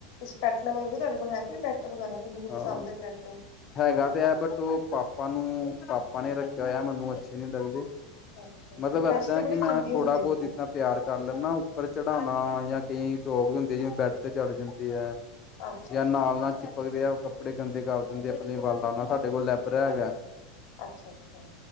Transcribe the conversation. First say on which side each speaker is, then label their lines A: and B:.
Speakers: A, on the left; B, on the left.
A: ਪੈਟ ਲਗ ਤੁਹਾਡੇ ਕੋਲ ਹੈਗਾਈੈਟ ਵਗੈਰਾ ਤੁਹਾਨੂੰ ਕੁ
B: ਹਾਂ
A: ਪਸੰਦ ਹੈ ਪੈਟ
B: ਹੈਗਾ ਤੇ ਹੈ, ਬਟ ਉਹ ਪਾਪਾ ਨੂੰ ਪਾਪਾ ਨੇ ਰੱਖਿਆ ਨੇ ਹੋਇਆ, ਮੈਨੂੰ ਅੱਛੇ ਨੀ ਲੱਗਦੇ
A: ਅੱਛਾ
B: ਮਤਲਬ,
A: ਪੈਟਸ
B: ਇੱਦਾਂ
A: ਤੇ
B: ਕਿ
A: ਬੜੇ
B: ਮੈਂ
A: ਚੰਗੇ
B: ਥੋੜਾ
A: ਹੁੰਦੇ
B: ਬਹੁਤ
A: ਨੇ
B: ਜਿਤਨਾ ਪਿਆਰ ਕਰ ਲੈਦਾ, ਉੱਪਰ ਚੜਾਉਣਾ ਜਾਂ ਕਈ ਟੋਗ ਹੁੰਦੇ, ਜਿਵੇਂ ਬੈਡ ਤੇ ਚੜ ਜਾਂਦੇ ਹੈ
A: ਅੱਛਾ
B: ਜਾਂ
A: ਅੱਛਾ
B: ਨਾਲ-ਨਾਲ ਚਿਪਕਦੇ, ਆ ਕੱਪੜੇ ਗੰਦੇ ਕਰ ਦਿੰਦੇ, ਆਪਣੇ ਵਲਦਾ, ਨਾਲ ਸਾਡੇ ਕੋਲ ਲੈਬਰਾ ਹੈਗਾ
A: ਅੱਛਾ-ਅੱਛਾ